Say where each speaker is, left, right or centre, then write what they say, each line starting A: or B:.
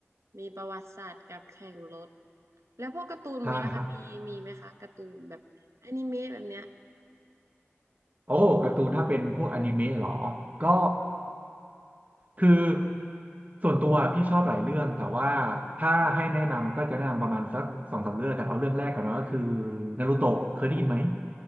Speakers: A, on the right; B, on the right.
A: มีประวัติศาสตร์กับแข่งรถแล้วพวกการ์ตูนมี้วคะมีมีไหมคะการ์ตูนแบบอนิเมะแบบเนี้ย
B: ใช่ครับโอ้การ์ตูนถ้าเป็นพวกอนิเมะเหรอก็ คือส่วนตัวพี่ชอบหลายเรื่องแต่ว่าถ้าให้แนะนำก็จะแนะนำประมาณสักสองสามเรื่องกันเอาเรื่องแรกกันเนอะก็คือ
A: อืม
B: นารูโตะเคยได้ยินไหม